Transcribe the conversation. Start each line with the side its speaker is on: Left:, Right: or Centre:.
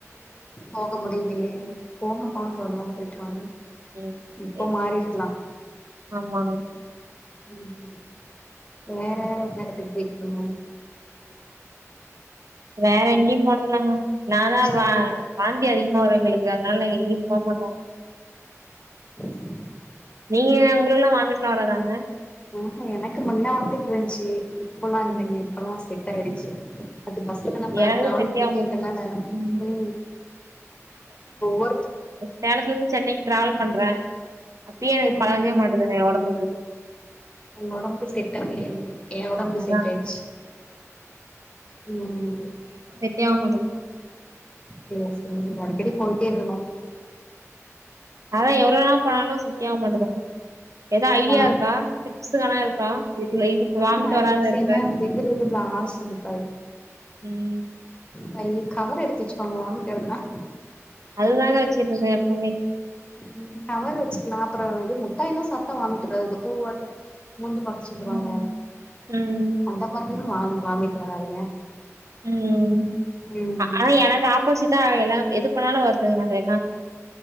Left: போக முடியலையே போங்கப்பா வரலாம் போயிட்டுவாங்க
Right: ம்
Left: இப்ப
Right: சரி
Left: மாறி இருக்கலா
Right: ஆமாங்க
Left: ம் வேற எல்ல இடத்துக்கு போய்யிருக்கீங்க
Right: வேற எங்கேயும் போனதுல்லங்க நானா
Left: சேரி
Right: வா வாந்தி அதிகமா வரு எங்களுக்கு அதனால எங்கயு போகமாட்டடோ
Left: சேரிங்க
Right: நீங்க உங்களுளக்குல்லா வாமிட்லா வராதாங்க
Left: ஊஹுஎனக்கு முன்ன வந்திட்ருந்துச்சு இப்பல்லா இல்லங்க
Right: ம்
Left: இப்பெல்லா இதாயிடுச்சு அது பஸ்ல நம்ம
Right: எனக்கு
Left: டிராவல்
Right: செட்டே
Left: பண்ணிட்டே
Right: ஆக மாட்டுது
Left: இருந்ததுனால
Right: ம்
Left: இ ஒர்க
Right: சேலத்ல இருந்து சென்னைக்கு டிராவல்
Left: ம்
Right: பண்றே அப்பயு எனக்கு
Left: ம்
Right: பழகவே மாட்டேதுங்க எ ஒடம்புக்கு
Left: என்னோ உடம்பம்ப செட் ஆகி என் உடம்பம்ப
Right: அதா
Left: செட் ஆய்டுச்சு ம்
Right: தேரவே மாட்டோங்க
Left: செரி சேரி அடிக்கடி போய்ட்டே இருக்கணோ
Right: அதா எவ்வளோ நாள் போனாலோ செட்டே ஆக மாட்டுதுங்க ஏதோ ஐடியா
Left: ஆ
Right: இருக்கா டிப்ஸுங்கல்லா இருக்கா இதுல இது
Left: ஆ
Right: வாமிட்டு் வராத
Left: டிப்ஸ்
Right: இருக்க
Left: என்ன இது இருக்குல்ல ஆல்ச முட்டாய்
Right: ம்
Left: கை கவரு எடுத்து வச்சுக்கோங்க வாமிட்வருதுன்னா
Right: அதுதா வச்சுட்றுப்ப எப்பமே
Left: ம் கவரு வெச்சுக்கலா அப்புறோ இது முட்டாயுலா சாப்பிட்டா வாமிட்டுவராது பூவாய்டு மூந்து பாக்க சொல்லுவாங்க
Right: ம் ம்
Left: அந்த மாரி வா வாங்வாமிட்டு வராதுங்க
Right: ம்
Left: ம்
Right: ஆனா எனக்கு ஆப்போசிட்டா எல்லாம் எது பண்ணாலோ வரு <unintelligible>